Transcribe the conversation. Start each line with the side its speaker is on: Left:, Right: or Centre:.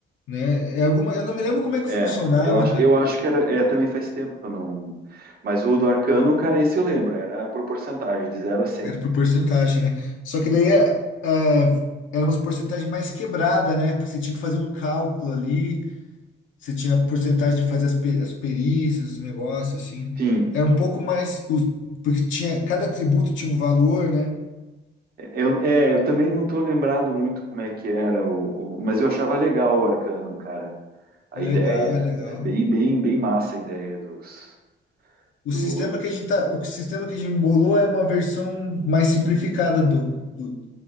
Left: Né? É alguma, eu não me lembro como é que
Right: É,
Left: funcionava,
Right: eu acho,
Left: cara.
Right: eu acho que era. É, também faz tempo que eu não. Mas o do Arcano, cara, esse eu lembro, era por porcentagem, de zero a cem.
Left: Era por porcentagem, né? Só que daí é, é, era uma porcentagem mais quebrada, né? Porque você tinha que fazer um cálculo ali, você tinha a porcentagem de fazer as, pe- as perícias, os negócios, assim.
Right: Sim,
Left: Era um pouco mais. os- Porque tinha, cada atributo tinha um valor, né?
Right: eu, é, eu também não tô lembrado muito como é que era, o, o- mas eu achava legal o Arcano, cara, a
Left: É legal,
Right: ideia.
Left: é legal.
Right: É bem, bem, bem massa a ideia dos.
Left: O
Right: Do,
Left: sistema que a gente tá, o sistema que a gente embolou é uma versão mais simplificada do, do